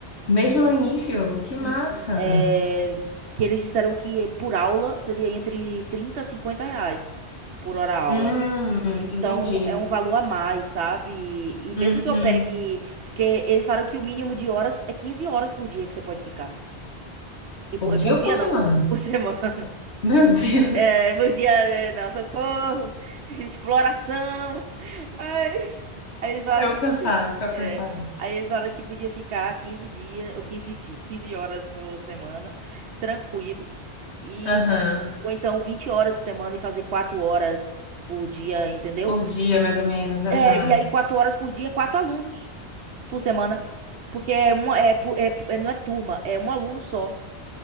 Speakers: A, on the left (about 75°); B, on the right (about 75°).
A: Mesmo no início, que massa.
B: Hum, hum, é, que eles disseram que por aula seria entre 30 a 50 reais por hora aula.
A: Hum, entendi.
B: Então, é um valor a mais, sabe? E mesmo
A: Uhum.
B: que eu pegue. Porque eles falaram que o mínimo de horas é 15 horas por dia que você pode ficar. E por,
A: Por
B: é
A: dia
B: por
A: ou
B: dia
A: por semana?
B: não, por <laughs> semana.
A: Meu <laughs> Deus.
B: É, é, por dia, é, não, socorro, <laughs> exploração. Ai, aí eles falaram
A: É, é o
B: que.
A: cansaço, é o
B: é,
A: cansaço.
B: aí eles falaram que podia ficar 15 dias, ou 15 dias, 15 horas por semana, tranquilo. E,
A: Aham.
B: ou então 20 horas por semana e fazer 4 horas por dia, entendeu?
A: Por dia, mais ou menos, aham.
B: É, e aí, quatro horas por dia, quatro alunos por semana. Porque é uma, é, pu- é- é- não é turma, é um aluno só.